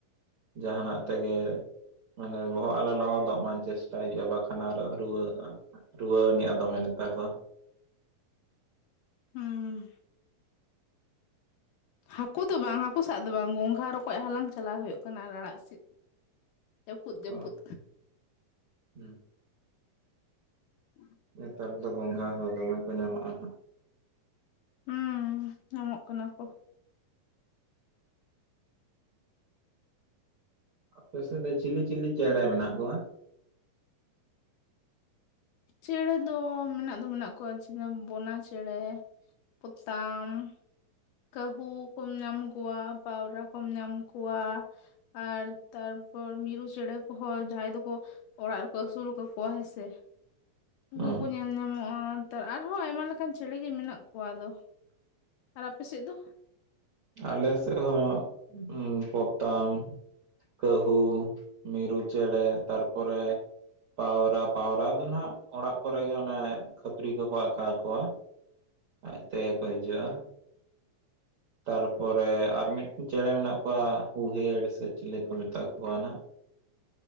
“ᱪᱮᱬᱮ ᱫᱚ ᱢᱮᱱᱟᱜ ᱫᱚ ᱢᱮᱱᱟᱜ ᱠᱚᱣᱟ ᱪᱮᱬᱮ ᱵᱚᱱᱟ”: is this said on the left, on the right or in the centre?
Left